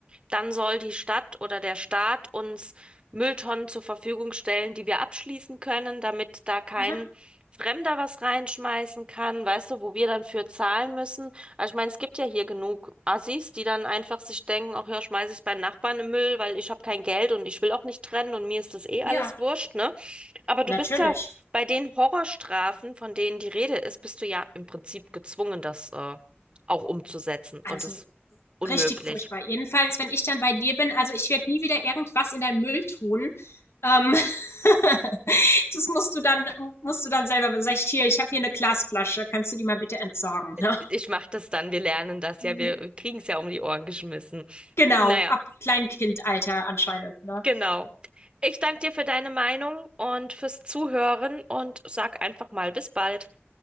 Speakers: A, on the right; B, on the left.
A: dann soll die Stadt oder der Staat uns Mülltonnen zur Verfügung stellen, die wir abschließen können, damit da kein
B: Mhm.
A: Fremder was reinschmeißen kann, weißt du, wo wir dann für zahlen müssen. Also ich meine, es gibt ja hier genug Assis, die dann einfach sich denken, ach ja, schmeiße ich beim Nachbarn im Müll, weil ich habe kein Geld und ich will auch nicht trennen und mir ist das eh
B: Ja,
A: alles wurscht, ne? Aber du
B: natürlich.
A: bist ja bei den Horrorstrafen, von denen die Rede ist, bist du ja im Prinzip gezwungen, das äh, auch umzusetzen
B: Also
A: und es unmöglich.
B: richtig furchtbar. Jedenfalls, wenn ich dann bei dir bin, also ich werde nie wieder irgendwas in deinen Müll tun. Ähm, <laughs> das musst du dann, musst du dann selber, wenn sag ich hier, ich habe hier eine Glasflasche, kannst du die mal bitte entsorgen, ne?
A: Ich mache das dann. Wir lernen das
B: Mhm.
A: ja. Wir kriegen es ja um die Ohren geschmissen.
B: Genau,
A: Naja,
B: ab Kleinkindalter anscheinend, ne?
A: genau. Ich danke dir für deine Meinung und fürs Zuhören und sag einfach mal bis bald.